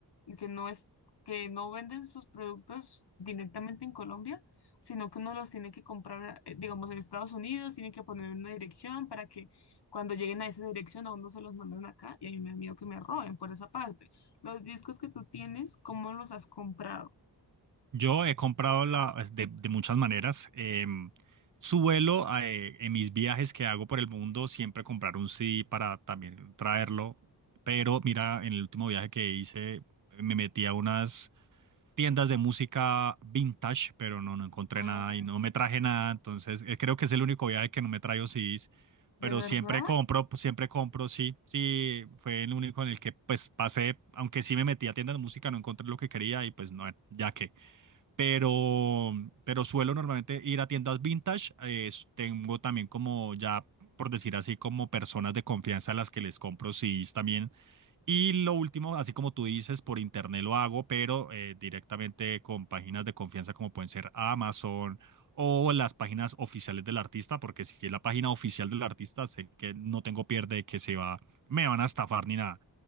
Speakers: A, on the left; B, on the right.
A: que no es, que no venden sus productos directamente en Colombia, sino que uno los tiene que comprar, eh, digamos, en Estados Unidos, tiene que poner una dirección para que cuando lleguen a esa dirección a uno se los mandan acá y a mí me da miedo que me roben por esa parte. Los discos que tú tienes, ¿cómo los has comprado?
B: Yo he comprado la, es de, de muchas maneras. em, suelo eh, en mis viajes que hago por el mundo siempre comprar un CD para también traerlo, pero mira, en el último viaje que hice me metí a unas tiendas de música vintage, pero no, no encontré
A: Ah,
B: nada y no me traje nada. Entonces, eh, creo que es el único viaje que no me traigo CDs,
A: ¿de
B: pero
A: verdad?
B: siempre compro, pues, siempre compro, sí. Sí, fue el único en el que pues pasé, aunque sí me metí a tiendas de música, no encontré lo que quería y pues no, ya que. Pero, pero suelo normalmente ir a tiendas vintage. eh, tengo también como ya, por decir así, como personas de confianza a las que les compro CDs también y lo último, así como tú dices, por internet lo hago, pero eh, directamente con páginas de confianza como pueden ser Amazon o las páginas oficiales del artista, porque si es la página oficial del artista, sé que no tengo pierde que se va, me van a estafar ni nada.